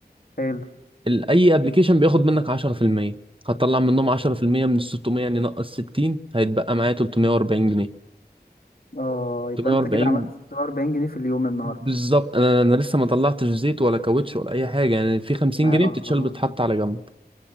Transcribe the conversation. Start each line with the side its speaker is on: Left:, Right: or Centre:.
Left: حلو
Right: ال- اي ابلكيشن بياخد منك 10% هتطلع منهم 10% من ال 600 يعني نقص 60 هيتبقى معايا 340 جنيه
Left: اه يبقى
Right: 340
Left: انت كده عملت 46 جنيه في اليوم النهارده
Right: بالظبط انا انا لسه ما طلعتش زيت ولا كاوتش ولا اي حاجه يعني في 50
Left: ما
Right: جنيه
Left: اه
Right: بتتشال بتتحط على جنب